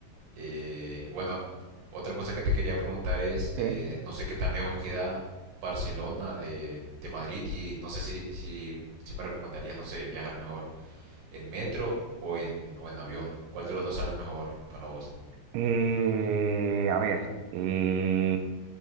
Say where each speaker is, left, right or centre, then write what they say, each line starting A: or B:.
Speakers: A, on the right (about 65°); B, on the right (about 85°).
A: Eh, bueno, otra cosa que te quería preguntar es,
B: Sí.
A: eh, no sé qué tan lejos queda Barcelona de, de Madrid y no sé si, si, si me recomendarías, no sé, viajar mejor en metro o en, o en avión. ¿Cuál de los dos sale mejor para vos?
B: Eh, a ver, eh,